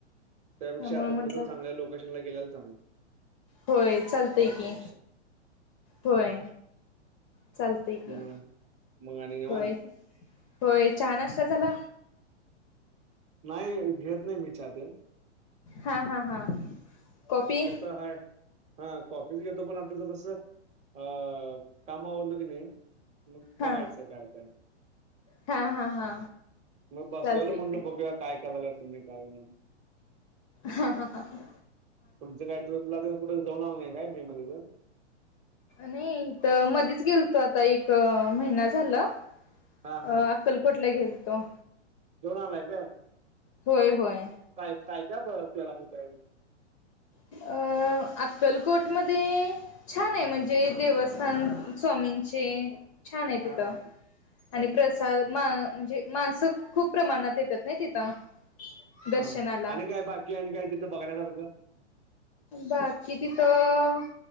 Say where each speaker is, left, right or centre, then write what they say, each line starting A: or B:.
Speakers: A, on the right (about 20°); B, on the left (about 30°).
A: त्यापेक्षा
B: त्यामुळे
A: आता
B: म्हंटलं
A: कुठं तर चांगल्या लोकेशनला गेल्याला चांगलं
B: होय चालतय
A: पावसापेक्षा
B: की होय चालतय की
A: मग मग आणि निवांत
B: होय. होय चहा, नाष्टा झाला.
A: नाही घेत नाही मी च्या तेन.
B: हा हा हा! कॉफी
A: शक्यता हाय. हा कॉफीच घेतो, पण आताच तसं अ काम आवडलं की नाही. मग बघायचं
B: हा
A: काय त्या.
B: हा हा हा
A: मग बसल्याला
B: चालतय
A: म्हणल
B: की
A: बघूया. काय, केवाल्या तुम्ही काय नही.
B: हा हा हा ह!
A: तुमच काय ट्रिपला, तुमी कुठ जाऊन आले नाही काय मे मध्ये पण.
B: नाही त मधीच गेलतो आता, एक महिना झाला.
A: हा
B: अ
A: हा
B: अक्कलकोटला गेल तो.
A: जाऊन आलाय का?
B: होय, होय!
A: काय, काय त्याला मी का <unintelligible>
B: अ अक्कलकोटमध्ये. छान आहे म्हणजे देवस्थान, स्वामींचे छान आहे
A: हा
B: तिथं.
A: हा
B: आणि प्रसाद मा म्हणजे, माणसं खूप प्रमाणात येतात ना तिथं. दर्शनाला
A: हा आणि काय बाकी, आणि काय तिथं बघण्यासारखं.
B: बाकी तिथं.